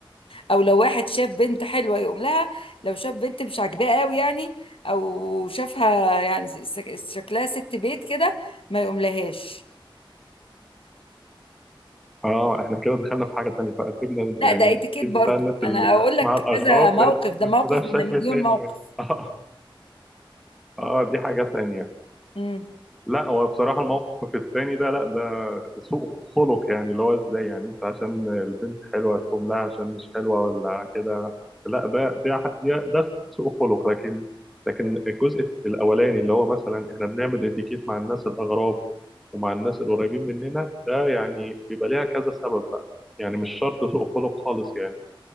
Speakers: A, on the left; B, in the centre.
A: او لو واحد شاف بنت حلوة يقوم لها لو شاف بنت مش عاجباه قوي يعني او شافها يعني سك- شكلها ست بيت كده ما يقوم لهاش
B: اه احنا كده دخلنا في حاجه تانية بقى سيبنا
A: لا
B: يعني
A: ده
B: التفكير
A: اتيكيت
B: بتاع
A: برضو
B: الناس
A: انا
B: اللي
A: اقول لك
B: مع الاغراب
A: كذا موقف
B: ده بس
A: ده موقف
B: ده بشكل
A: من مليون
B: تاني
A: موقف
B: بقى. <laughs> اه اه دي حاجه تانية
A: امم
B: لا هو بصراحة الموقف التاني ده لا ده سوء خلق يعني اللي هو ازاي يعني انت عشان البنت حلوة تقوم لها عشان مش حلوة ولا كده لا ده ده ده, ده سوء خلق لكن لكن الجزء الأولاني اللي هو مثلا احنا بنعمل اتيكيت مع الناس الأغراب ومع الناس القريبين مننا ده يعني بيبقى ليها كذا سبب بقى يعني مش شرط سوء خلق خالص يعني